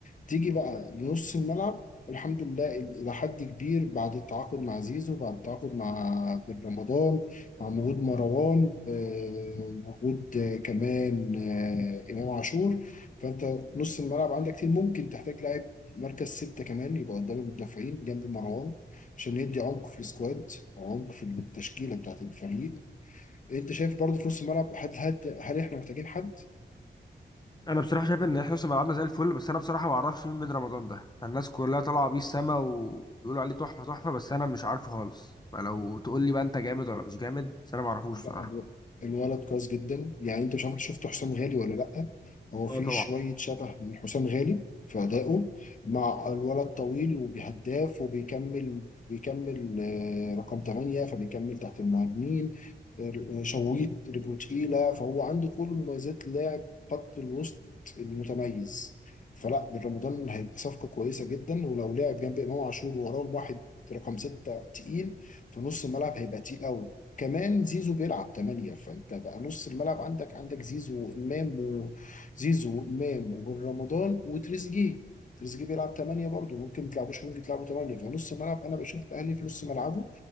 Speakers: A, on the left (about 45°); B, on the left (about 25°).
A: تيجي بقى لنص الملعب الحمد لله الى حد كبير بعد التعاقد مع زيزو بعد التعاقد مع بن رمضان مع وجود مروان آه، وجود آه، كمان آه، امام عاشور فانت نص الملعب عندك كتير ممكن تحتاج لاعب مركز ستة كمان يبقى قدام المدافعين جنب مروان عشان يدي عمق في السكواد وعمق في التشكيلة بتاعة الفريق انت شايف برضه في نص الملعب هل هل هل احنا محتاجين حد
B: أنا بصراحة شايف إن إحنا لسه لعبنا زي الفل بس أنا بصراحة ما أعرفش مين بن رمضان ده الناس كلها طالعة بيه السما وبيقولوا عليه تحفة تحفة بس أنا مش عارفه خالص فلو تقول لي بقى أنت جامد ولا مش جامد بس أنا ما أعرفوش
A: لا
B: بصراحة
A: الو- الولد كويس جدا يعني انت مش عارف شفت حسام غالي ولا لا هو في
B: أه طبعا
A: شويه شبه من حسام غالي في ادائه مع الولد طويل وبيهداف وبيكمل بيكمل آه، رقم 8 فبيكمل تحت المهاجمين آه، شويط رجله تقيله فهو عنده كل مميزات لاعب خط الوسط المتميز فلا بن رمضان هيبقى صفقه كويسه جدا ولو لعب جنب امام عاشور وراه واحد رقم ستة تقيل في نص الملعب هيبقى تقيل قوي كمان زيزو بيلعب تمانية فانت بقى نص الملعب عندك عندك زيزو وامام وزيزو وامام وبن رمضان وتريزيجيه تريزيجيه بيلعب تمانية برضه ممكن تلعبوش ممكن تلعبوا تمانية فنص الملعب انا بشوف الاهلي في نص ملعبه